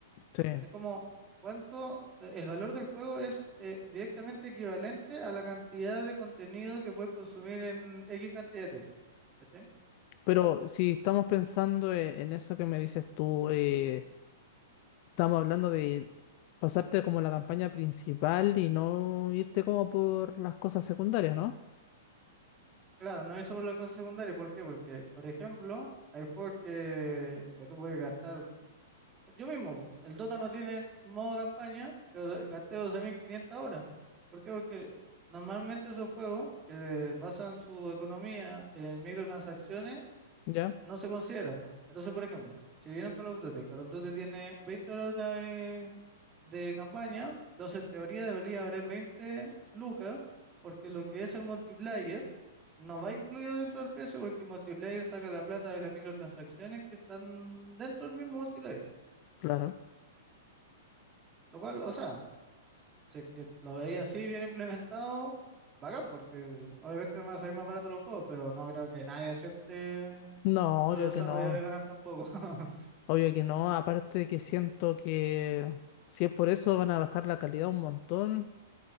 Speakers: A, on the left (about 30°); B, on the right (about 15°).
A: Sí.
B: Es como cuánto, eh, el valor del juego es eh, directamente equivalente a la cantidad de contenido que puedes consumir en X cantidad de tiempo, ¿cachai?
A: Pero si estamos pensando eh, en eso que me dices tú, eh, estamos hablando de pasarte como la campaña principal y no irte como por las cosas secundarias, ¿no?
B: Claro, no es sobre la cosa secundaria, ¿por qué? Porque, por ejemplo, hay juegos que, que tú puedes gastar Yo mismo, po. el Dota no tiene modo campaña, pero de- gasté 12.500 horas. ¿Por qué? Porque normalmente esos juegos que basan su economía en microtransacciones
A: ¿Ya?
B: no se consideran, po. Entonces, por ejemplo, si vieron Call of Duty, Call of Duty tiene 20 horas de, de campaña, entonces en teoría debería valer 20 lucas, porque lo que es el multiplayer no va incluido dentro del precio, porque el multiplayer saca la plata de las microtransacciones que están dentro del mismo multiplayer.
A: Claro.
B: Lo cual, o sea, sé que lo veía así bien implementado, bacán, porque obviamente no van a salir más baratos los juegos, pero no creo que nadie acepte de
A: No, obvio
B: los desarrolladores
A: que no.
B: ganar tampoco. <laughs>
A: Obvio que no. Aparte que siento que si es por eso van a bajar la calidad un montón,